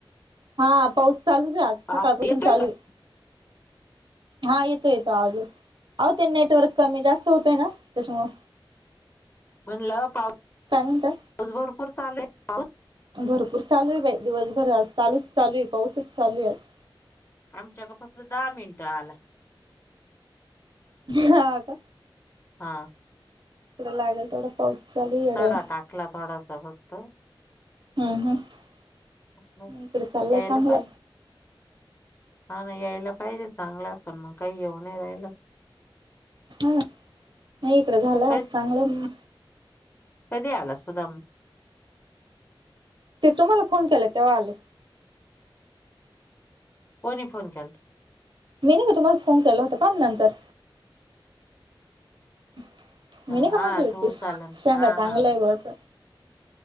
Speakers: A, on the right; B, on the left.
A: हा पाऊस चालुच आहे आज सकाळपासून
B: आप- येतोय
A: चालु
B: का
A: आहे. हा येतो येतो आवाज येतो अहो ते नेटवर्क कमी जास्त होतय ना त्याच्यामुळ
B: म्हणलं पाऊस
A: काय म्हणता
B: पाऊस भरपूर चाले पाऊस
A: भरपुर चालु आहे बाई दिवसभर आज चालुच चालु आहे पाऊसच चालु आहे आज
B: आमच्याकड फक्त दहा मिनिटं आला-
A: हा का
B: हा-
A: लागले तेवढा पाऊस चालू आहे येड्यावानी
B: सडा टाकला थोडासा फक्त
A: हम्म हम्
B: म्हणलं,
A: इकडे चाललंय
B: यायला
A: चांगलं
B: पाहिजे हा ना यायला पाहिजे चांगला पण मग काही येऊ न राहिल
A: हा नाही इकडं झालं
B: कधी
A: चांगलं म
B: कधी आला सुधम
A: ते तुम्हाला फोन केला तेव्हा आले.
B: कोणी फोन केलत
A: मी नाही का तुम्हाला फोन केला होता पण नंतर मी
B: हा
A: नाही का म्हटलं
B: हा, तू
A: ते शेंगा
B: चालन हा
A: चांगलं
B: हा हा.
A: आहे बा आस